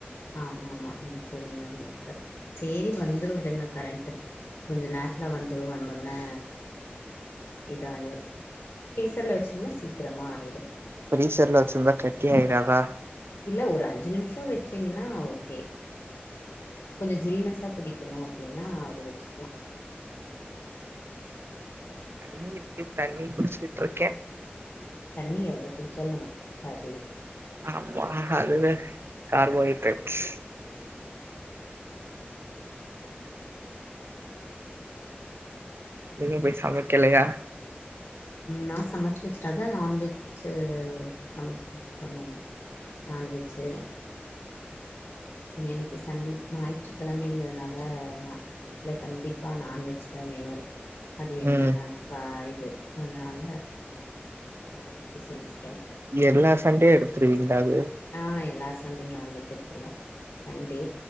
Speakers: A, on the left; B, on the right.
A: ஆமா ஆமா இது கூலிங்கா ஆய்ந்ருக்காது சரி வந்துரு விடுங்க கரண்ட்டு கொஞ்சோ நேரத்துல வந்ரு வந்தோனே இதாயிரு ஃப்ரீஸர்ல வச்சுருந்தா சீக்ரமா ஆயிரு
B: ப்ரீஸர்ல வச்சிருந்தா கட்டியாயிறாதா
A: இல்ல ஒரு அஞ்சு நிம்ஷோ வச்சீங்ன்னா ஓகே கொஞ்சோ ஜில்னஸா குடிக் ககனு அப்டின்னா அப்டி வச்சிக்லா
B: ம் இப்ப தண்ணி குடிச்சிட்ருக்கே
A: ம் தண்ணி எவ்ளோ குடிச்சாலு நமக்கு பத்தாதே
B: ஆமா அதுவே கார்போஹைட்ரேட்ஸ் இன்னு போய் சமைக்கலையா
A: நா சமைச்சு வச்சுட்டே அதா நான்வெஜ்ஜு சமைச்சிடேனு சொன்னேனே நான்வெஜ்ஜூ ஏன்னா இன்னைக்கு சன் ஞாயிற்றுக்கெழமைங்றதுனால வீட்ல கண்டிப்பி நான்வெஜ்தா வேணு அது என்னென்ன
B: ம்
A: பாய்து அதனால நான்வெஜ்ஜூ செஞ்சுட்டோ
B: எல்லா சண்டேயு எடுத்துருவீங்ளா அது
A: அ எல்லா சண்டேயு நான்வெஜ் எடுத்துருவோ சண்டடே